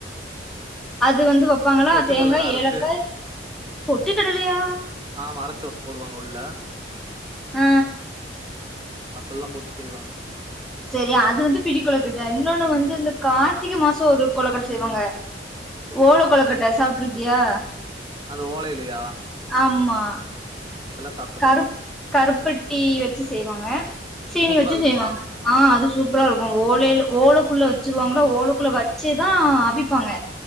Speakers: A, in the centre; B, on the right.
A: அது வந்து வப்பாங்களா
B: பொட்டுக்கல்லலா
A: தேங்கா
B: அரச்சு
A: ஏலக்க பொட்டு கடலயா
B: ஆம அறச்சுவப் போடுவாங் உள்ள
A: அ
B: அப்பெல்ல போட்டு செய்வாங்க
A: செரி அது வந்து பிடி கொலுக்குட்ட இன்னோனு வந்து இந்த கார்த்திக மசொ ஒரு கொலக்கட்ட செய்வாங்க ஓல கொலக்கட்ட சாப்ட்ருக்கியா
B: அந்த ஓலையிலயா
A: அம்மா
B: சாப்ட்டதில்ல
A: கருப் கருப்பட்டி வச்சு செய்வாங்க சீனி
B: சூப்பரா
A: வச்சுஞ்
B: இருக்குமா
A: செய்வாங்க ஆ அது சூப்ரா இருக்கு ஓலைல ஓலக்குள்ள வச்சிர்வாங்களா ஓலக்குள்ள வச்சிதா அவிப்பாங்க